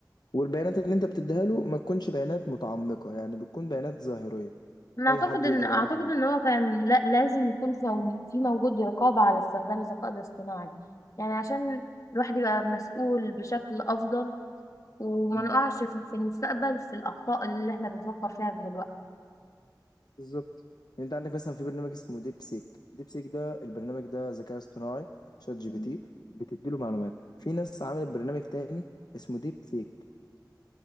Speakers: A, on the left (about 65°); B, on the left (about 50°).
A: والبيانات اللي انت بتديها له ما تكونش بيانات متعمقة يعني بتكون بيانات ظاهرية
B: انا
A: اي
B: اعتقد
A: حد
B: ان
A: يقدر
B: اعتقد
A: يعرفها
B: ان هو كان لا لازم يكون في مو- في موجود رقابة على استخدام الذكاء الاصطناعي يعني عشان الواحد يبقى مسؤول بشكل افضل وما
A: عنه.
B: نقعش في في المستقبل في الاخطاء اللي احنا بنفكر فيها دلوقتي
A: بالظبط يعني انت عندك مثلا في برنامج اسمه ديب سيك ديب سيك ده البرنامج ده ذكاء اصطناعي شات جي
B: مم.
A: بي تي بتديله معلومات في ناس عملت برنامج تاني اسمه ديب فيك